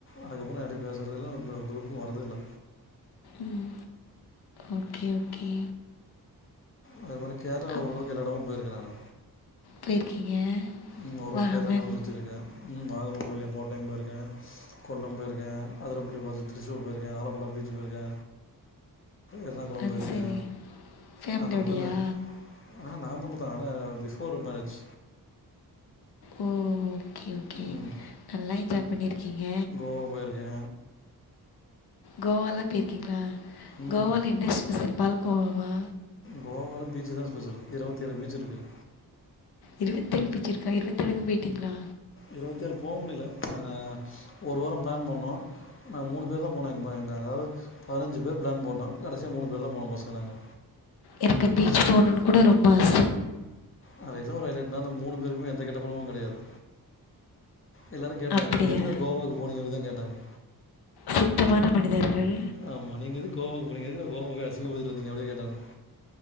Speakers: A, on the left; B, on the left.
A: அதுக்கப்புறோ யார்கிட்டயு பேசறது இல்ல குரூப்புக்கு வர்றது இல்ல
B: ம் ஓகே ஓகே
A: அதே மாரி கேரளால
B: அப்
A: ஓரளவுக்கு எல்லா எடமு போயிருக்கே நானு
B: போயிருக்கீங்க
A: ம் ஒரளவுக்
B: வாகமன்
A: கேரளால எல்லா எடமு சுத்தியிருக்கே வாகம போயிருக்கே கோட்டயம் போயிருக்கே கொல்லம் போயிருக்கே அதரம்பள்ளி பாத்து திருசூர் போயிருக்கே ஆலப்புழா பீச் போயிருக்கே எர்ணாகுளம்
B: அது
A: போயிருக்கே
B: சரி ஃபேமிலியோடையா
A: ஆ அந்தப் பக்கோந்த ஆ நா மட்டுந் தா பிஃபோர் மேரேஜ்
B: ஓ ஓகே ஓகே
A: ம்
B: நல்லா என்ஜாய் பண்ணிருக்கீங்க
A: போ போயிருக்கே
B: கோவால்லா போயிருக்கீங்ளா
A: ம்
B: கோவால என்ன ஸ்பெஷல் பால்கோவா வா
A: கோவால பீச் தா ஸ்பெஷலு இருவத்தி ஏழு பீச் இருக்குது
B: இருவத்தேழு பிச்சிருக்கா இருபத்தேழுக்கு போயிட்டீங்ளா
A: இருவத்தி ஏழு போ முடில நாங்க ஒரு வாரோ பிளான் பண்ணோ நாங்க மூணு பேர் தா போனாங் எங் எங் அதாது பதிநஞ்சு பேர் பிளான் போட்டோ கடைசியா மூணு பேர் தா போனோ பசங்க நாங்க
B: எனக்கு பீச் போணும்னு கூட ரொம்ப ஆச
A: அதுல என்ன ஒரு ஹைலைட்னா நம்ப மூணு பேருக்குமே எந்த கெட்ட பழக்கமு கெடையாது எல்லாரு கேட்டாங்க
B: அப்படியா?
A: நீங்க எதுக்குடா கோவாக்கு போனீங்கனு தா கேட்டாங்க
B: சுத்தமான மனிதர்கள்
A: ஆமா நீங்க எதுக்கு கோவாக்கு போனீங்க எதுக்கு டா கோவாக்கு போயி அசிங்க படுத்திட்டு வந்தீங்க அப்டின்னு கேட்டாங்க